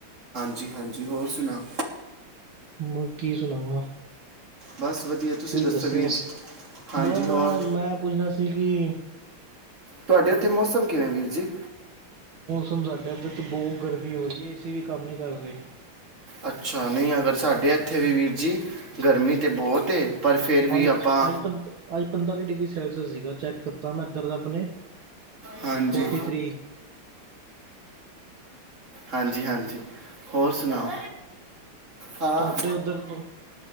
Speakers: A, on the right (about 35°); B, on the right (about 70°).
A: ਹਾਂਜੀ--ਹਾਂਜੀ ਹੋਰ ਸੁਨਾਓ।
B: ਹੋਰ ਕੀ ਸੁਨਾਵਾਂ।
A: ਬਸ ਵਧੀਆ
B: ਤੁਸੀਂ ਦੱਸੋ,
A: ਵੀਰ ਜੀ ਹਾਂਜੀ
B: ਬਸ
A: ਹੋਰ
B: ਮੈਂ, ਮੈਂ ਪੁੱਛਨਾ ਸੀ ਕਿ
A: ਤੁਹਾਡੇ, ਉੱਥੇ ਮੌਸਮ ਕਿਵੇਂ ਵੀਰ ਜੀ?
B: ਮੌਸਮ ਸਾਡਾ ਇੱਧਰ ਤਾਂ, ਬਹੁਤ ਗਰਮੀ ਹੋ ਰਹੀ ਹੈ ਏ ਸੀ, ਵੀ ਕੰਮ ਨਹੀਂ ਕਰਦੇ,
A: ਅੱਛਾ, ਨਹੀਂ ਅਗਰ ਸਾਡੇ ਇੱਥੇ ਵੀ, ਵੀਰ ਜੀ ਗਰਮੀ ਤਾਂ ਬਹੁਤ। ਪਰ ਫਿਰ ਵੀ
B: ਅੱਜ-ਅੱਜ
A: ਆਪਾਂ
B: ਪੰਤਾਲੀ ਡਿਗਰੀ, ਸੈਲਸੀਅਸ ਸੀਗਾ ਚੈ ਤਾ ਮੈਂ, ਇਧਰ ਆਪਣੇ,
A: ਹਾਂਜੀ
B: ਫੋਰਟੀ ਥਰੀ।
A: ਹਾਂਜੀ-ਹਾਂਜੀ, ਹੋਰ ਸੁਣਾਓ? ਹਾਂ
B: ਤੁਹਾਡੇ ਉੱਧਰ ਤੋਂ